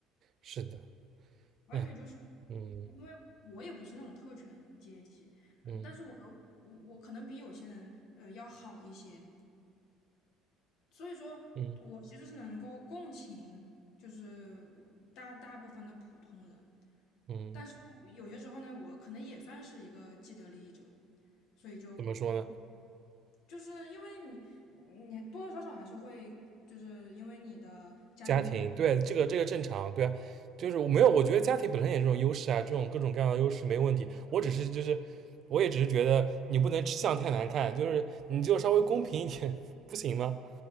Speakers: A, on the right (about 35°); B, on the left (about 55°).
A: 是的，
B: 而且就是
A: 哎，嗯
B: 因为我也不是那种特权阶级，呃但是我又我可能比有些人呃要好一些，
A: 嗯
B: 所以说我其实是能够共情，
A: 嗯
B: 就是大大部分的普通人。
A: 嗯。
B: 但是我有些时候呢，我可能也算是一个既得利益者，所以就
A: 怎么说呢？
B: 就是因为你，你多多少少还是会，就是因为你的家庭条件，
A: 家庭，对，这个这个正常，对啊，就是我没有，我觉得家庭本身也是种优势啊，这种各种各样的优势没问题。我只是就是，我也只是觉得你不能吃相太难看，就是你就稍微公平一点，<laughs> 不行吗？